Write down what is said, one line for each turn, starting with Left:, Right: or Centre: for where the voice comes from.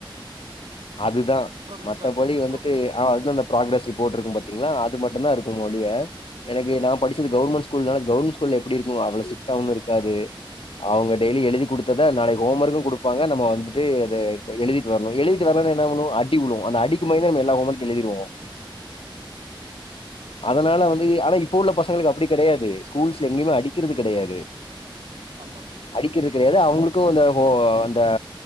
Left: அதுதா
Right: ப்ரோக்ரஸ்
Left: மத்தபடி
Right: கார்டு
Left: வந்துட்டு
Right: ப்ரோக்ரஸ் கார்டு
Left: ஆ அதுதா அந்தப் ப்ராக்ரஸ் ரிப்போட் இருக்கும் பாத்தீங்ளா அது மட்டுந்தா இருக்குமொளிய எனக்கு நா படிச்சது கவுர்மெண் ஸ்கூல் நால கவுர்மெண் ஸ் கூல்ல எப்டி இருக்கும் அவ்ளோ ஸ்டிக்ட்டாவும் இருக்காது. அவுங்க டெய்லி எழுதி குடுத்தத நாளைக் ஹோம் ஒர்க்கு குடுப் ப்பாங்க நம்ம வந்துட்டு அத இப்ப எழுதிட்டு வர்ணு எழுதிட்டு வர்லனா என்னா பண்ணுவோ அடி உழுவு அந்த அடிக்கு பயந்தே நம்ம எல்லா ஹோம் ஒர்க்கு எழுதிருவோ. அதனால
Right: கரெக்ட் தான்
Left: வந் து ஆனா இப்ப உள்ள பசங்களுக்கு அப்டி கெடையாது. ஸ்கூல்ஸ்ல எங்கிமே அடிக்கிறது கெடையாது.
Right: அம்மா.
Left: அடிக்கிறது கெடையாது அவுங்களுக்கு அந்த ஹோ அந்த